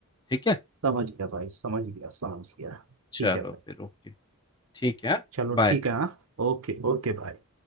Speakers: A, on the left; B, on the right.
A: ठीक है
B: समझ गया भाई समझ गया समझ गया
A: चलो
B: ठीक है भाई
A: फिर ओके ठीक है
B: चलो
A: बाय
B: ठीक है हाँ ओके ओके भाई